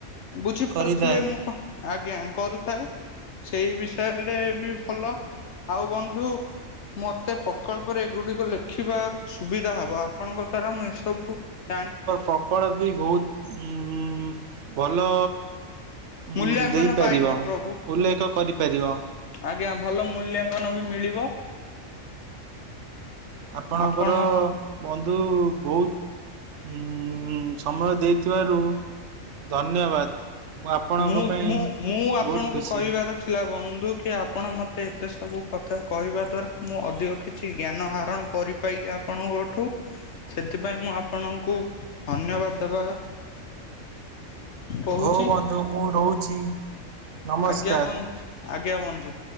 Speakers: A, on the left; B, on the right.
A: ବୁଝିପାରୁଥିବେ
B: କରିଥାଏ।
A: ମୁଁ କଣ ଆଜ୍ଞା କରୁଥାଏ ସେଇ ବିଷୟରେ ବି ଭଲ ଆଉ ବନ୍ଧୁ ମତେ ପ୍ରକଳ୍ପରେ ଏଗୁଡିକ ଲେଖିବାକୁ ସୁବିଧା ହବ ଆପଣଙ୍କ ଦ୍ଵାରା ମୁଁ ଏସବୁ ଜାଣି
B: ପକଳ ବି ବହୁତ ଉଁ ଭଲ ଉଁ
A: ମୂଲ୍ୟାଙ୍କନ
B: ଦେଇପାରିବ
A: ପାଇବ ପ୍ରଭୁ
B: ଉଲ୍ଲେଖ କରିପାରିବ।
A: ଆଜ୍ଞା ଭଲ ମୂଲ୍ୟାଙ୍କନ ବି ମିଳିବ।
B: ଆପଣଙ୍କର
A: ଆପଣ
B: ବନ୍ଧୁ ବହୁତ ଉଁ ସମୟ ଦେଇଥିବାରୁ ଧନ୍ୟବାଦ। ଆପଣଙ୍କ
A: ମୁଁ
B: ପାଇଁ
A: ମୁଁ ମୁଁ ଆପଣଙ୍କୁ
B: ବହୁତ ଖୁସି।
A: କହିବାର ଥିଲା ବନ୍ଧୁ କି ଆପଣ ମୋତେ ଏତେ ସବୁ କଥା କହିବା ଦ୍ୱାରା ମୁଁ ଅଧିକ କିଛି ଜ୍ଞାନ ଆହରଣ କରି ପାଇଲି ଆପଣଙ୍କଠୁ ସେଥିପାଇଁ ମୁଁ ଆପଣଙ୍କୁ ଧନ୍ୟବାଦ ଦେବା କହୁଛି
B: ହଉ ବନ୍ଧୁ ମୁଁ ରହୁଛି। ନମସ୍କାର।
A: ଆଜ୍ଞା ବନ୍ଧୁ ଆଜ୍ଞା ବନ୍ଧୁ।